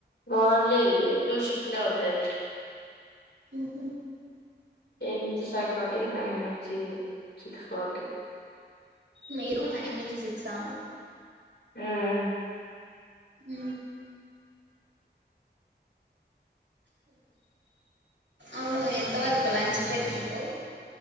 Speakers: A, on the left; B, on the right.
A: ఓన్లీ టూ షిఫ్ట్ లే ఉండేది
B: మ్ హు
A: ఎయిట్ నుంచి ఫైవ్ ఫార్టీ నైన్ నుంచి సిక్స్ ఫార్టీ
B: మీరు నైన్ నుంచి సిక్సా
A: మ్ మ్
B: మ్ అవును ఎంత వరకు లంచ్ బ్రేక్ నీకు